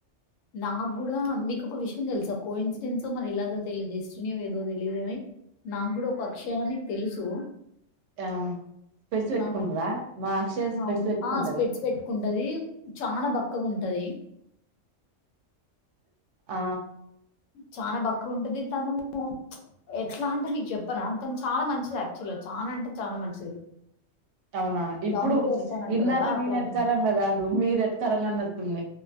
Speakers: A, on the left; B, on the right.
A: నాకు కూడా మీ నీకు ఒక విషయం తెలుసా కో ఇన్సిడెన్స్ మరి ఎలాగో తెయదు డెస్టినియో ఏదో తెలీయదు అని నా కూడా ఒక అక్షయాని తెలుసు
B: డా స్పెడ్స్ పెట్టుకుంటంద
A: ఆ!
B: మా అక్షయ స్పెడ్స్
A: అవును
B: పెట్టుకుంటది
A: స్పెడ్స్ పెట్టుకుంటది, చనా బక్కగా ఉంటది.
B: ఆ
A: చానా బక్కగా ఉంటది. తను ఎట్లా అంటే మీకు చెప్పార తను చాలా మంచిది యాక్చువల్గా చాలా అంటే చాలా మంచిది.
B: అవునా ఇప్పుడు
A: డౌన్ టు ఎర్త్ అని అంటారు
B: ఇన్నాక
A: గదా! అట్లాంటి
B: నేను ఎట్కరంగా కాదు మీరు ఎట్కరంగా అన్నటుంది.